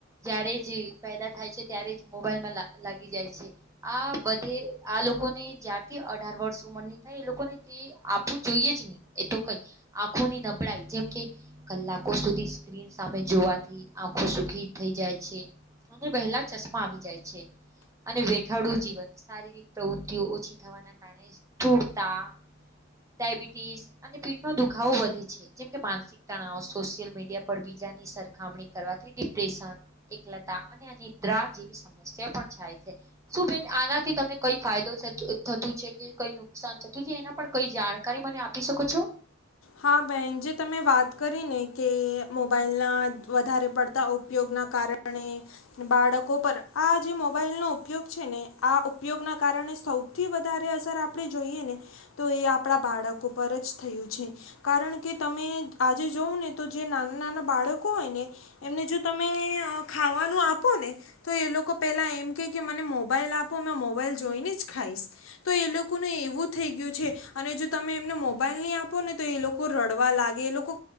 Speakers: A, on the right (about 15°); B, on the left (about 80°).
A: જ્યારે જે પેદા થાય છે ત્યારે જ મોબાઈલમાં લાગી જાય છે આ બધે આ લોકોને જ્યારથી અઢાર વર્ષ ઉંમર ની થાય એ લોકોને તે આપવું જોઈએ જ નહી, એ તો કઈ આંખોની નબળાઈ કલાકો સુધી સ્ક્રીન સામે જોવાથી આંખો સુખી થઈ જાય છે. અને વહેલા ચશ્મા આવી જાય છે. અને વેઠાડું જીવન શારીરિક પ્રવૃત્તિઓ ઓછી થવાના કારણે સુધુળતા ડાયબિટીસ અને પીટ નો દુખાવો વધે છે જેમ કે માનસિક તણાવ સોશિયલ મીડિયા પર બીજ ની સરખામણી કરવાથી ડિપ્રેશન એક લત અને આ નિદ્રા જે સમસ્યા પણ થાય છે, શુ બેન આનાથી તમને કઈ ફાયદો છે. થતું છે કે કઈ નુકસાન થતું છે એના પણ કઈ જાણકારી મને આપી શકો છો?
B: હા, બેન જે તમે વાત કરી ને કે મોબાઈલ ના વધારે પડતા ઉપયોગ ના કારણે બાળકો પર આ જે મોબાઈલ નો ઉપયોગ છે ને આ ઉપયોગ ના કારણે સૌથી વધારે અસર આપણે જોઈએ ને તો એ આપણા બાળકો પર જ થયું છે. કારણ કે તમે આજે જવ ને તો જે નાના નાના બાળકો હોય ને એમને જો તમે ખાવાનું આપો ને તો એ લોકો પેલા એમ કે મને મોબાઈલ આપો મે મોબાઈલ જો ય ને જ ખાયસ તો એ એવું થ ગયું જો તમે એમને મોબાઈલ ની આપો ને તો એ લોકો રડવા લાગે એ લોકો